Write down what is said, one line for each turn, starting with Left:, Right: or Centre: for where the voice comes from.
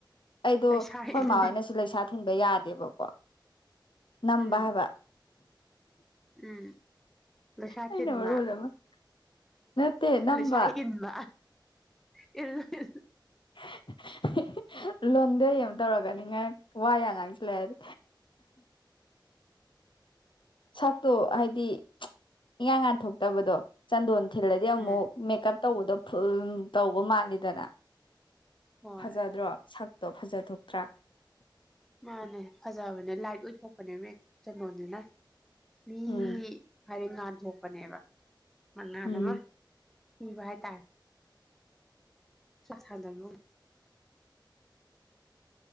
Left: ꯑꯩꯗꯣ
Centre: ꯂꯩꯁꯥ
Left: ꯑꯩꯈꯣꯏꯃ
Centre: ꯏꯜꯂꯤ
Left: ꯍꯣꯏꯅꯁꯨ ꯂꯩꯁꯥ ꯊꯤꯟꯕ ꯌꯥꯗꯦꯕꯀꯣ ꯅꯝꯕꯕ
Centre: ꯎꯝ ꯎꯝ ꯂꯁꯥ
Left: ꯑꯩꯅ
Centre: ꯊꯤꯟꯃ
Left: ꯃꯔꯣꯜ ꯑꯃ ꯅꯠꯇꯦ ꯅꯝꯕ
Centre: ꯂꯁꯤꯟꯃ ꯏꯜ ꯏ
Left: <inaudible> ꯂꯣꯟꯗꯩ ꯑꯩ ꯑꯃ ꯇꯧꯔꯒꯅꯤꯉ ꯋꯥ ꯌꯥꯝ ꯉꯥꯡꯁꯤꯜꯂꯛꯑꯗꯤ ꯁꯥꯛꯛꯇꯣ ꯍꯥꯏꯗꯤ ꯏꯉꯥꯡ ꯉꯥꯟꯊꯣꯛꯄ ꯐꯠꯇꯕꯗꯣ ꯆꯟꯗꯣꯟ ꯊꯤꯜꯂꯗꯤ ꯑꯃꯨꯛ
Centre: ꯎꯝ
Left: ꯃꯦꯀꯞ ꯇꯧꯕꯗꯣ ꯐꯨꯜ ꯇꯧꯕ ꯃꯥꯜꯂꯤꯗꯅ
Centre: ꯍꯣꯏ
Left: ꯐꯖꯗ꯭ꯔꯣ ꯁꯛꯇꯣ ꯐꯖꯊꯣꯛꯇ꯭ꯔꯥ
Centre: ꯃꯥꯅꯦ ꯐꯖꯕꯅꯦ ꯂꯥꯏꯠ ꯑꯣꯏꯊꯣꯛꯄꯅꯦꯅꯦ ꯆꯂꯣꯟꯁꯤꯅ ꯃꯤ
Left: ꯎꯝ
Centre: ꯍꯥꯏꯗꯤ ꯉꯥꯟ ꯊꯣꯛꯣꯛꯄꯅꯦꯕ ꯃꯉꯥꯜ
Left: ꯎꯝ
Centre: ꯑꯃ ꯄꯤꯕ ꯍꯥꯏꯇꯥꯔꯦ ꯁꯁꯥꯗꯅꯣ